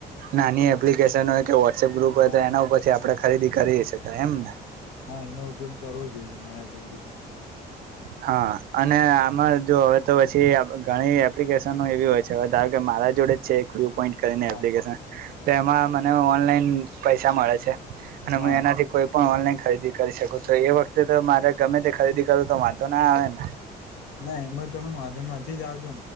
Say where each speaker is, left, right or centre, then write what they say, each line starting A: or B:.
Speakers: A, on the right (about 60°); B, on the left (about 80°).
A: નાની <unintelligible> વોટ્સએપ ગ્રુપ હોય
B: હા
A: તો એના ઉપરથી આપણે ખરીદી કરી સકાય એમ ને
B: હા એનો ઉપયોગ કરવો જોઈએ મારા ખ્યાલથી તો
A: હા અને આમાં જો હવે તો પછી ઘણી એપ્લિકેશનો એવી હોય છે ધારો કે મારા જોડે જ છે એક વ્યુ પોઈન્ટ કરીને
B: હા
A: એપ્લિકેશન તો એમાં મને ઓનલાઈન પૈસા મળે છે અને હું
B: હા
A: એનાથી કોઈ પણ ઓનલાઈન ખરીદી કરી શકું એ વખતે તો મારે ગમે તે ખરીદી કરુ તો મા હેને
B: ના એમાં તમે વાંધો નથી જ આવતો